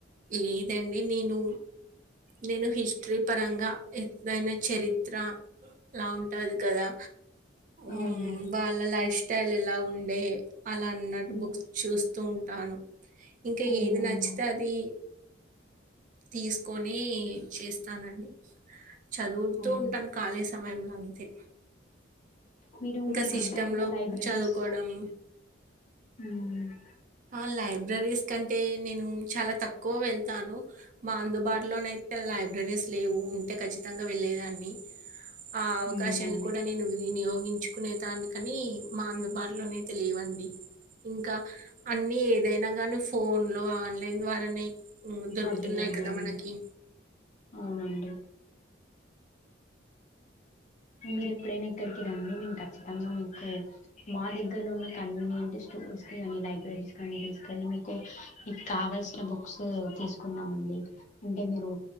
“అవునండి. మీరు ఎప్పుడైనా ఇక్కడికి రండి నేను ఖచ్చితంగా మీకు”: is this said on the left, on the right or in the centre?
Left